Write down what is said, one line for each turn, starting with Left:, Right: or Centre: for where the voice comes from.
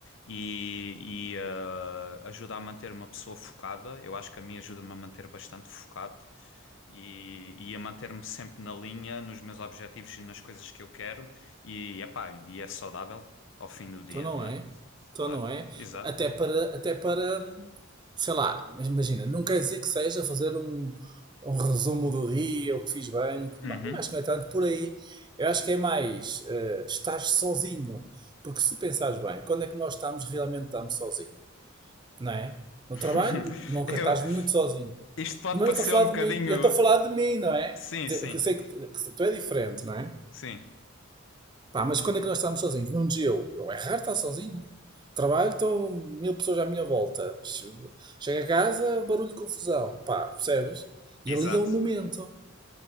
Left: e, e, eh, ajuda a manter uma pessoa focada. Eu acho que a mim ajuda-me a manter bastante focado e, e a manter-me sempre na linha, nos meus objetivos e nas coisas que eu quero. E, epá, e é saudável ao fim do dia,
Right: Então não
Left: não
Right: é?
Left: é?
Right: Então
Left: Claro,
Right: não é?
Left: exato.
Right: Até para, até para, sei lá, mas imagina, não quer dizer que seja fazer um, um resumo do dia, o que fiz bem, o que fiz
Left: Uhum.
Right: mal. Não acho que não é tanto por aí. Eu acho que é mais eh, estar sozinho. Porque se tu pensares bem, quando é que nós estamos realmente estamos sozinho? Não é? No
Left: <laughs>
Right: trabalho, nunca
Left: Eu,
Right: estás muito sozinho.
Left: isto pode
Right: Mas
Left: parecer
Right: eu estou a falar
Left: um bocadinho.
Right: de mim, eu estou a falar de mim, não é?
Left: Sim,
Right: Te-
Left: sim,
Right: Eu sei que, que tu é diferente, não é?
Left: sim,
Right: Pá, mas quando é que nós estamos sozinhos? Num dia eu, eu é raro estar sozinho. Trabalho, estão mil pessoas à minha volta. Chego a casa, barulho, confusão. Pá, percebes?
Left: exato.
Right: E ali é o momento.